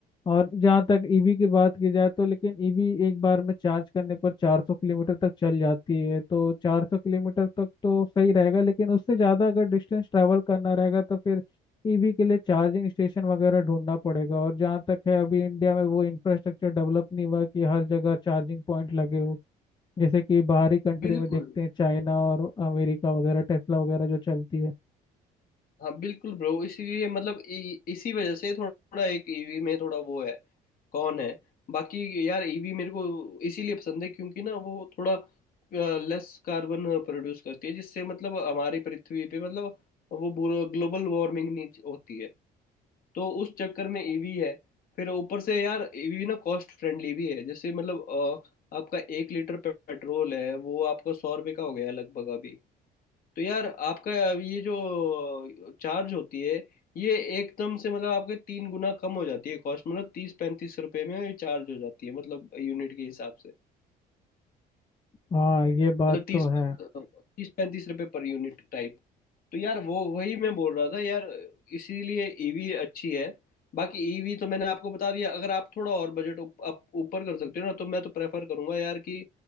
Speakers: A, on the left (about 25°); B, on the left (about 60°).
A: और जहाँ तक ईवी की बात की जाए तो लेकिन ईवी एक बार में चार्ज करने पर 400 किलोमीटर तक चल जाती है तो 400 किलोमीटर तक तो सही रहेगा लेकिन उससे ज़्यादा अगर डिस्टेंस ट्रैवल करना रहेगा तो फिर ईवी के लिए चार्जिंग स्टेशन वगैरह ढूंढना पड़ेगा और जहाँ तक है अभी इंडिया में वो इंफ्रास्ट्रक्चर डेवलप नहीं हुआ कि हर जगह चार्जिंग पॉइंट लगे हो जैसे कि बाहरी कंट्री
B: बिल्कुल
A: में देखते हैं चाइना और अमेरिका वगैरह टेस्ला वगैरह जो चलती है
B: हाँ बिल्कुल ब्रो इसीलिए मतलब इ, इसी वजह से थोड़ा एक ईवी में थोड़ा वो है कौन है बाकी यार ईवी मेरे को इसीलिए पसंद है क्योंकि ना वो थोड़ा लेस कार्बन प्रोड्यूस करती है जिससे मतलब हमारी पृथ्वी पे मतलब वो बुरा ग्लोबल वार्मिंग नहीं होती है तो उस चक्कर में ईवी है फिर ऊपर से यार ईवी ना कॉस्ट फ्रेंडली भी है जैसे मतलब अ, आपका एक लीटर पे- पेट्रोल है वो आपका सौ रुपये का हो गया लगभग अभी तो यार आपका ये जो चार्ज होती है ये एकदम से मतलब आपके तीन गुना कम हो जाती है कॉस्ट मतलब तीस पैंतीस रुपए में ये चार्ज हो जाती है मतलब यूनिट के हिसाब से
A: हाँ ये बात
B: मतलब तीस
A: तो है
B: तीस पैंतीस रुपए पर यूनिट टाइप तो यार वो वही मैं बोल रहा था यार इसीलिए ईवी अच्छी है बाकी ईवी तो मैंने आपको बता दिया अगर आप थोड़ा और बजट अप ऊपर कर सकते हो ना तो मैं तो प्रेफर करूंगा यार कि